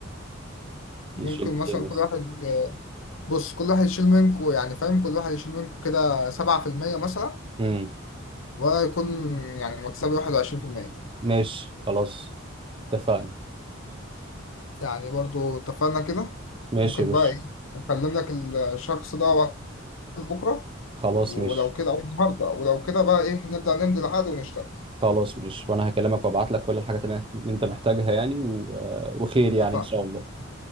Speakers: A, on the left (about 70°); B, on the right (about 25°).
A: ممكن
B: يشيل
A: مثلا
B: ايه مثلا
A: كل واحد بص كل واحد يشيل منكوا يعني فاهم كل واحد يشيل منكوا كده سبعة في المية مثلا
B: امم
A: ولا يكون يعني مكسبي واحد وعشرين في المية
B: ماشي خلاص اتفقنا
A: يعني برضو اتفقنا كده
B: ماشي
A: ممكن
B: يا باشا
A: بقى ايه اكلم لك الشخص ده واتساب بكرة
B: خلاص
A: ولو
B: ماشي
A: كده او النهاردة ولو كده بقى ايه نبدأ نمضي العقد ونشتغل
B: خلاص ماشي وانا هكلمك وابعت لك كل الحاجات اللي اللي انت محتاجها يعني و... آه، وخير يعني
A: اتفقنا
B: ان شاء الله